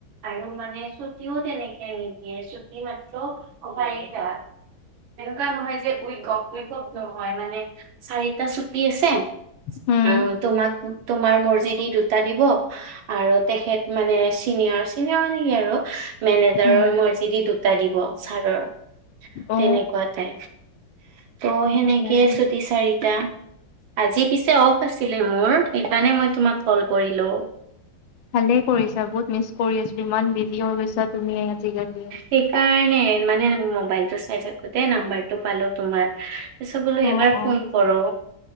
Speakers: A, on the right; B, on the left.
A: আৰু মানে ছুটিও তেনেকে নিদিয়ে, ছুটি মাত্ৰ চাৰিটা। এনেকুৱা নহয় যে, উইকক উইকত নহয় মানে, চাৰিটা ছুটি আছে
B: হম
A: অ', তোমাক তোমাৰ মৰ্জি দি দু টা দিব আৰু তেখেত মানে চিনিয়ৰ- চিনিয়ৰ মানে কি আৰু মেনেজাৰৰ
B: হম
A: মৰ্জি দি দুটা দিব ছাৰৰ,
B: অ
A: তেনেকুৱা টাইপ। ত' সেনেকে
B: আচ্ছা আচ্ছা
A: ছুটি চাৰিটা। আজি পিছে অফ আছিলে মোৰ, সেইকাৰণে মই তোমাক কল কৰিলো।
B: ভালেই কৰিছা, বহুত মিছ কৰি আছিলো ইমান বিজি হৈ গৈছা তুমি আজিকালি।
A: সেইকাৰণে, মানে মোবাইলটো চাই থাকোতে নাম্বাৰটো পালো তোমাৰ। পিছত বোলে
B: অ
A: এবাৰ
B: অ
A: ফোন কৰো,